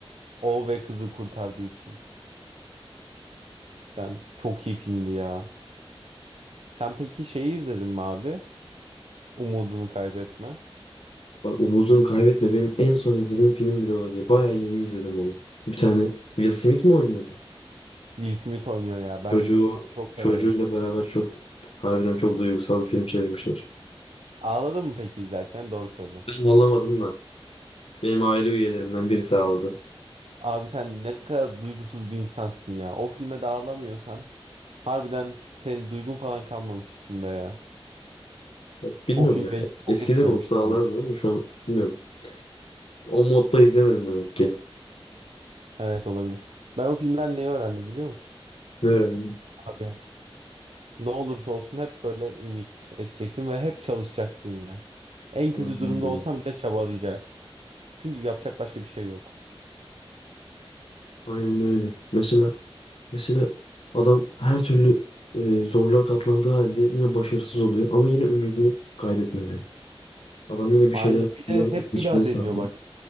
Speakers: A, on the right; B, on the left.
A: O ve kızı kurtardığı için. Cidden çok iyi filmdi ya. Sen peki şeyi izledin mi abi? Umudunu kaybetme.
B: Bak umudunu kaybetme benim en son izlediğim film bile olabilir. Bayağı yeni izledim onu. Bir tane Will Smith mi oynuyordu?
A: Will Smith oynuyor ya. Ben
B: Çocuğu
A: Will Smith'i çok severim.
B: çocuğuyla beraber çok harbiden çok duygusal bir film çevirmişler.
A: Ağladın mı peki izlerken? Doğru söyle.
B: Ben ağlamadım da benim aile üyelerimden birisi ağladı.
A: Abi sen ne kadar duygusuz bir insansın ya. O filme de ağlamıyorsan harbiden senin duygun falan kalmamış içinde ya.
B: Ya bilmiyorum
A: O film
B: ya.
A: beni
B: Eskiden
A: çok etkilemişti
B: olsa ağlardım
A: oğlum.
B: ama şu an bilmiyorum. O modda izlemedim demek ki.
A: Evet olabilir. Ben o filmden neyi öğrendim biliyor musun?
B: Ne öğrendim?
A: Abi ne olursa olsun hep böyle ümit edeceksin ve hep çalışacaksın ya. En kötü
B: Aynen
A: durumda
B: öyle.
A: olsan bile çabalayacaksın. Çünkü yapacak başka bir şey yok.
B: Aynen öyle. Mesela mesela adam her türlü e, zorluğa katlandığı halde yine başarısız oluyor ama yine ümidini kaybetmiyor. yani. Adam yine bir
A: Aynen
B: şeyler
A: bir
B: biliyor,
A: de hep
B: geçimini
A: bir daha
B: sağlıyor.
A: deniyor bak.